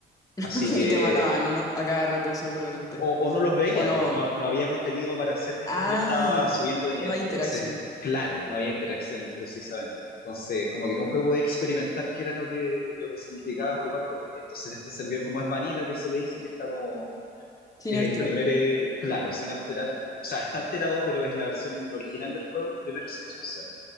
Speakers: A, on the left; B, on the left.
A: <laughs>
B: Así que
A: Y te mataban, ¿no? ¿No? A cada rato seguramente.
B: o, o no los veía,
A: ¿O no?
B: pues no, no había contenido para hacer mientras
A: Ah,
B: yo estaba subiendo de nivel.
A: no hay
B: pues,
A: interacción.
B: Entonces, claro, no había interacción precisamente. Entonces, como que nunca pude experimentar qué era lo que, lo que significaba jugar juegos. Entonces, en este servidor, como es vanilla, que se le dice que está como.
A: Sin
B: Es
A: alterar.
B: el primer, eh, claro, sin alterar. O sea, está alterado, pero es la versión original del juego, el primero sin expansión.